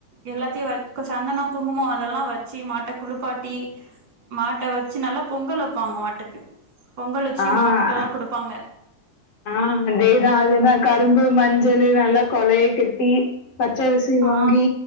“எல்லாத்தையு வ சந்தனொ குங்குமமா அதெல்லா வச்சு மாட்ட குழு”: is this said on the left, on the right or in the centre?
Right